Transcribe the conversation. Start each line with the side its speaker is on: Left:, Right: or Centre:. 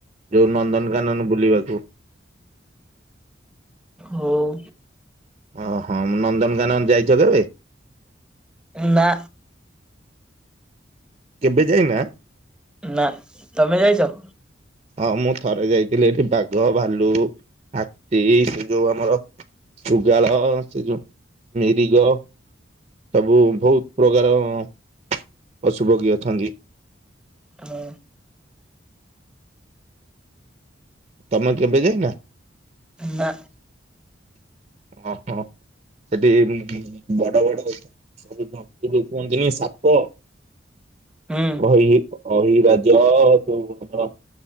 Right: ଯୋଉ ନନ୍ଦନକାନନ ବୁଲିବାକୁ।
Centre: ହୋଉ।
Right: ଓହୋ ନନ୍ଦନକାନନ ଯାଇଚ କେବେ?
Centre: ଉ ନା।
Right: କେବେ ଯାଇନା?
Centre: ନା ତମେ ଯାଇଚ?
Right: ହଁ ମୁଁ ଥରେ ଯାଇଥିଲି ଏଠି ବାଘ, ଭାଲୁ, ହାତୀ ସେ ଯୋଉ ଆମର ଶୁଗାଳ ସେ ଯୋଉ ମିରିଗ ସବୁ ବହୁତ ପ୍ରକାର ପଶୁପକ୍ଷୀ ଅଛନ୍ତି।
Centre: ହଁ।
Right: ତମେ କେବେ ଯାଇନା?
Centre: ନା
Right: ଓହୋ ସେଠି ଉଁ ବଡ଼-ବଡ଼ ସବୁ <unintelligible> ଦିନେ ସାପ
Centre: ହୁଁ
Right: ଅହି ଅହିରାଜ <unintelligible>